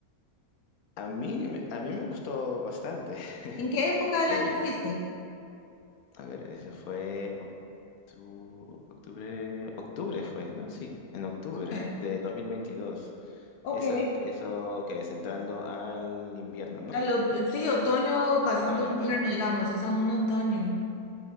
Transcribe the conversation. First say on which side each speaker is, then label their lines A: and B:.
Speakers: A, on the left; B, on the left.
A: A mí, me- a mí me gustó bastante.
B: ¿En qué época del
A: <laughs>
B: año fuiste?
A: A ver, ese fue octu- octubre, octubre fue, ¿no? Sí, en octubre
B: Ok.
A: de 2022.
B: Ok.
A: Eso, eso que es entrando al invierno, ¿no?
B: Al ot- sí, otoño pasando
A: Otoño,
B: invierno,
A: otoño.
B: digamos, es aún otoño.